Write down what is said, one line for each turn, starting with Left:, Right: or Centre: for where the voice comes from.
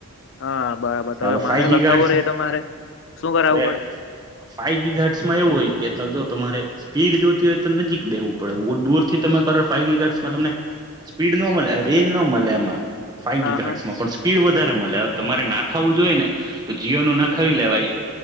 Left: હા બરાબર
Right: હવે
Left: મારે
Right: ફાઈ ગીગાર્ડ્સ
Left: લખાવવું રે તમારે શું કરાવવું
Right: હવે
Left: પડે?
Right: ફાઈ ગીગાર્ડ્સ એમાં એવું હોય કે જો તમારે સ્પીડ જોતી હોય તો નજીક બેવું પડે દૂર થી તમે કરો ફાઈ ગીગાર્ડ્સ માં તમને સ્પીડ ન મળે, રેન ન મળે એમાં. ફાઈ
Left: હા
Right: ગીગાર્ડ્સમાં
Left: હા
Right: પણ સ્પીડ વધારે મળે તમારે ના ખાવું જોઈ ને, તો જીઓ નું નખાવી લેવાય